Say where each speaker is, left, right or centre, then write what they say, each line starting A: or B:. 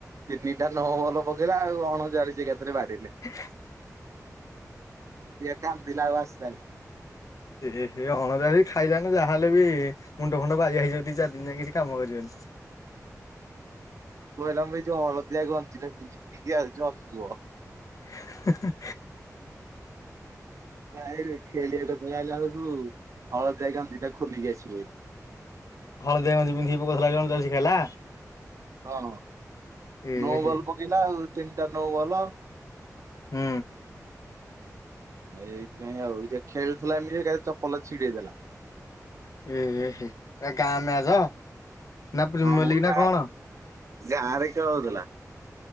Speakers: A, on the right; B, on the left.
A: ତିନିଟା ନୋ ବଲ ପକେଇଲା ଆଉ ଆଣଚାଳିସି ଏକାଥରେ ବାଡେଇଲେ।
B: <inaudible>
A: ସ୍ଅ କାନ୍ଦିଲା ଆଉ ଆସିଲାନି।
B: ଏହେ ଅଣଚାଳିଶି ଖାଇଲାନି ଯାହାହେଲେ ବି ମୁଣ୍ଡ ଫୁଣ୍ଡ ବାଇଆ ହେଇଯିବ ଦିଚାର ଦିନ ଯାକେ କିଛି କାମ କରିବନି।
A: କୋଇଲା ମୁଁ ହେଇ ଯୋଉ ହଳଦିଆ ଗଞ୍ଜିଟା ପିନ୍ଧି <unintelligible>
B: ହେଁ ହେଁ।
A: ନାଇରେ ଖେଳିବାକୁ ଆଇଲା ବେଳକୁ ହଳଦିଆ ଗଞ୍ଜିଟା ଖୋଲିକି ଆସିବେ।
B: ହଳଦିଆ ଗଞ୍ଜି ପିନ୍ଧିକି ପକୋଉଥୁଲା <unintelligible> ଜର୍ସି ଖେଳିଲା।
A: ହଁ
B: ଏ
A: ନୋ
B: ହେ
A: ବଲ ପକେଇଲା ଆଉ ତିନିଟା ନୋ ବଲ।
B: ହୁଁ।
A: ଆ ଏଇଥି ପାଇଁ ଆଉ ଯେ ଖେଳୁଥୁଲା ଏମତି ଏକା ଚପଲ ଛିଡେଇଦେଲା।
B: ଏହେ ଏଟା ଗାଁ ମ୍ୟାଚ? ନା ପ୍ରିମିୟର
A: ହଁ ମୁଁ
B: ଲିଗ ନା
A: ଯାହା
B: କଣ
A: ଗାଁରେ ଖେଳ ହୋଉଥୁଲା।